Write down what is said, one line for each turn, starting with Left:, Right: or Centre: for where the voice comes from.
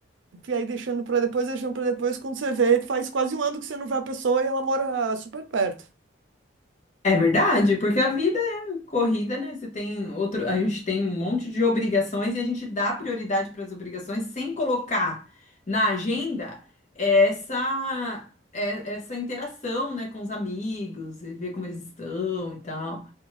Right: que aí deixando pra depois, deixando pra depois, quando você vê, faz quase um ano que você não vê a pessoa e ela mora super perto.
Left: É verdade, porque a vida é corrida, né? Você tem outro, a gente tem um monte de obrigações e a gente dá prioridade para as obrigações sem colocar na agenda essa é- essa interação, né, com os amigos, e ver como eles estão e tal.